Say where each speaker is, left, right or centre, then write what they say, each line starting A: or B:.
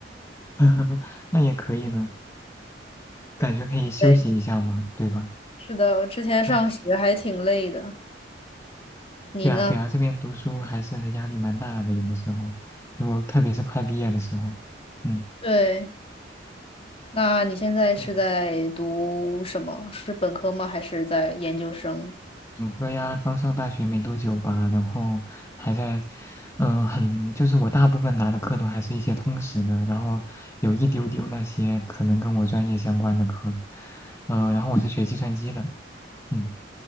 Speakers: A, on the left; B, on the left.
A: <laughs> 那也可以呢，感觉可以休息一下嘛，
B: 对，
A: 对吧？
B: 是的，我之前上学还挺累的。
A: 哎，
B: 你呢？
A: 对啊，对啊，这边读书还是压力蛮大的，有的时候，如果特别是快毕业的时候，嗯。
B: 对，那你现在是在读什么？
A: 嗯
B: 是本科吗？还是在研究生？
A: 本科呀，刚上大学没多久吧，然后还在，嗯、很，就是我大部分拿的课都还是一些通识的，然后有一丢丢那些可能跟我专业相关的课，呃，然后我是学计算机的，嗯，